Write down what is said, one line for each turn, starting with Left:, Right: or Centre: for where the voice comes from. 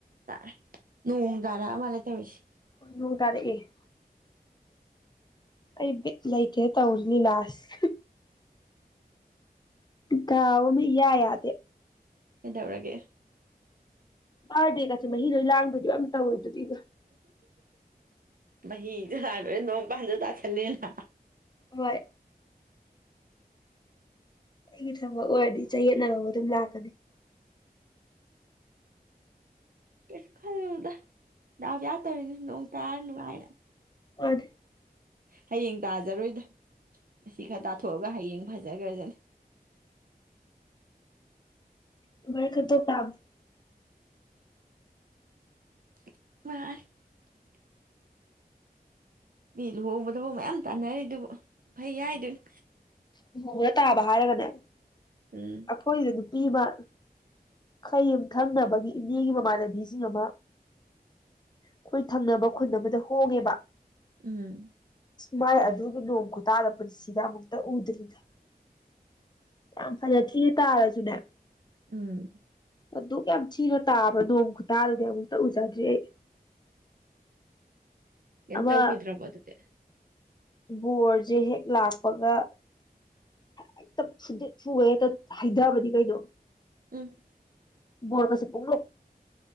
Right: ꯇꯥꯔꯦ ꯅꯣꯡ ꯇꯔꯛꯑ ꯃꯥꯜꯂꯦ ꯇꯧꯔꯤꯁꯦ
Left: ꯅꯣꯡ ꯇꯥꯔꯛꯑꯦ ꯑꯩ ꯕꯤꯠ ꯂꯩꯇꯦ ꯇꯧꯔꯤ ꯂꯤꯂꯥꯁꯤ ꯗꯥꯎ ꯑꯃ ꯏꯌꯥ ꯌꯥꯗꯦ
Right: ꯀꯩꯗꯧꯔꯒꯦ
Left: ꯕꯥꯔꯗꯦꯒꯁꯦ ꯃꯍꯤ ꯂꯣꯏ ꯂꯥꯡꯗꯣꯔꯤꯕ ꯑꯝ ꯇꯧꯋꯤ ꯗꯨꯗꯤ
Right: ꯃꯍꯤ ꯆꯥ <unintelligible> ꯅꯣꯡ ꯄꯥꯟꯁꯨ ꯇꯥꯥꯁꯂꯦꯅ
Left: ꯍꯣꯏ ꯑꯩꯒꯤ ꯊꯕꯛ ꯑꯣꯏꯔꯗꯤ ꯆꯌꯦꯠꯅꯕ ꯑꯗꯨꯝ ꯂꯥꯛꯀꯅꯤ
Right: ꯀꯩꯁꯨ ꯈꯜꯂꯨꯅꯨꯗ ꯗꯥꯎ ꯌꯥ ꯇꯧꯔꯤꯅꯤ ꯅꯣꯡ ꯇꯥꯔ ꯅꯨꯡꯉꯥꯏꯅ
Left: ꯃꯥꯅꯤ
Right: ꯍꯌꯦꯡ ꯇꯥꯖꯔꯣꯏꯗ ꯉꯁꯤ ꯈꯔ ꯇꯥꯊꯣꯛꯑꯒ ꯍꯌꯦꯡ ꯐꯖꯒ꯭ꯔꯖꯅꯤ
Left: ꯑꯃꯥꯏ ꯈꯟꯇꯣꯛ ꯇꯥꯝꯅꯤ
Right: <unintelligible> ꯃꯤ ꯂꯨꯍꯣꯡꯕꯗꯐꯥꯎ ꯃꯌꯥꯝ ꯇꯥꯟꯅꯔꯤ ꯑꯗꯨꯕꯨ ꯐꯩ ꯍꯥꯏꯗꯨꯅꯤ
Left: ꯂꯨꯍꯣꯡꯕꯗ ꯇꯥꯕ ꯍꯥꯏꯔꯒꯅꯦ
Right: ꯎꯝ
Left: ꯑꯈꯣꯏꯗ ꯄꯤꯕ ꯈꯣꯏ ꯌꯨꯝꯊꯪꯅꯕꯒꯤ ꯏꯅꯦꯒꯤ ꯃꯃꯥꯟꯅꯕꯤꯁꯤꯡ ꯑꯃ ꯑꯈꯣꯏ ꯊꯪꯅꯕ ꯈꯨꯟ ꯑꯃꯗ ꯍꯣꯡꯉꯦꯕ
Right: ꯎꯝ
Left: ꯃꯥꯏ ꯑꯗꯨꯒꯤ ꯅꯣꯡ ꯈꯨꯇꯥꯗꯣ ꯄꯨꯟꯁꯤꯗ ꯑꯃꯨꯛꯇ <unintelligible> ꯌꯥꯝ ꯐꯅ ꯊꯤ ꯇꯥꯔꯁꯨꯅꯦ
Right: ꯎꯝ
Left: ꯑꯗꯨꯛ ꯌꯥꯝ ꯊꯤꯅ ꯇꯥꯕ ꯅꯣꯡ ꯈꯨꯇꯥꯗꯗꯤ ꯑꯃꯨꯛꯇ ꯎꯖꯗ꯭ꯔꯤ ꯑꯩ
Right: ꯀꯩꯝ
Left: ꯑꯃ
Right: ꯇꯧꯈꯤꯗ꯭ꯔꯕꯣ ꯑꯗꯨꯗꯤ
Left: ꯕꯣꯔꯁꯦ ꯍꯦꯛ ꯂꯥꯛꯄꯒ ꯍꯦꯛꯇ ꯐꯨꯗꯤꯠ ꯐꯨꯒꯩ ꯍꯦꯛꯇ ꯍꯩꯊꯕꯅꯤ ꯀꯩꯅꯣ
Right: ꯎꯝ
Left: ꯕꯣꯔ ꯒꯁꯤ ꯄꯨꯡꯂꯨꯞ